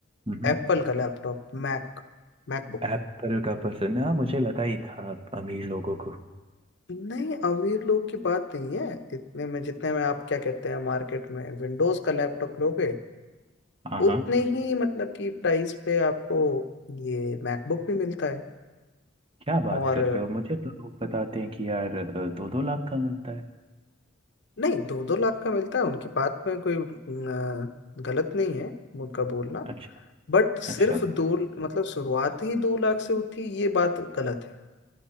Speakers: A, on the right; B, on the left.
A: हम्म
B: एप्पल का लैपटॉप मैक मैकबुक
A: एप्पल का पसंद है हाँ, मुझे लगा ही था आप अमीर लोगों को
B: नहीं अमीर लोग की बात नहीं है इतने में जितने में आप क्या कहते हैं मार्केट में विंडोज का लैपटॉप लोगे
A: हाँ
B: उतने
A: हाँ
B: ही मतलब कि प्राइस पे आपको ये मैकबुक भी मिलता है
A: क्या बात
B: और
A: कर रहे हो मुझे तो लोग बताते हैं कि यार दो दो लाख का मिलता है
B: नहीं दो दो लाख का मिलता है उनकी बात में कोई अ, गलत नहीं है उनका बोलना
A: अच्छा
B: बट सिर्फ
A: अच्छा
B: दो मतलब शुरुआत ही दो लाख से होती है ये बात गलत है